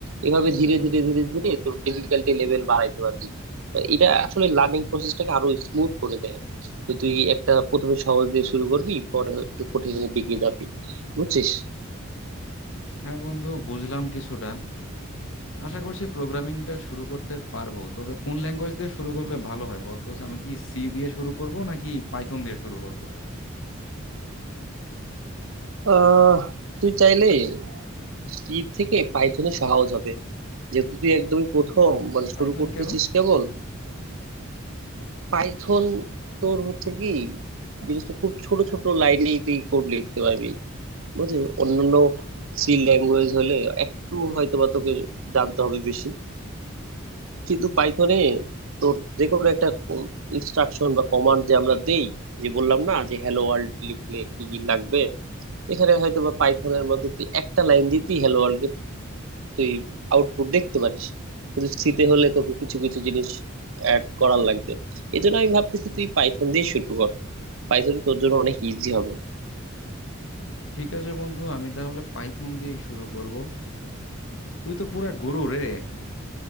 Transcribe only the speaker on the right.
এভাবে ধীরে ধীরে ধীরে ধীরে তোর ডিফিকাল্টি লেভেল বাড়াইতে পারবি তো এটা আসলে লার্নিং প্রসেসটাকে আরো স্মুথ করে দেয় যে তুই একটা প্রথমে সহজ দিয়ে শুরু করবি পরে একটু কঠিনের দিকে যাবি বুঝছিস
আহ তুই চাইলে সি থেকে পাইথনে সহজ হবে যেহেতু তুই একদমই প্রথম মানে
শুরু করতেছিস
কেবল পাইথন তোর হচ্ছে কি জিনিসটা খুব ছোট ছোট লাইনেই তুই কোড লিখতে পারবি বুঝলি অন্যান্য সি ল্যাঙ্গুয়েজ হলে একটু হয়তো বা তোকে জানতে হবে বেশি কিন্তু পাইথনে তোর যে কোনো একটা ইনস্ট্রাকশন বা কমান্ড যে আমরা দেই যে বললাম না যে হ্যালো ওয়ার্ল্ড লিখলে কি কি লাগবে এখানে হয়তো বা পাইথনের মধ্যে তুই একটা লাইন দিয়ে তুই হ্যালো ওয়ার্ল্ড তুই আউটপুট দেখতে পারিস কিন্তু সিতে হলে তোকে কিছু কিছু জিনিস অ্যাড করার লাগবে এই জন্য আমি ভাবতেছি তুই পাইথন দিয়ে শুরু কর পাইথনই তোর জন্য অনেক ইজি হবে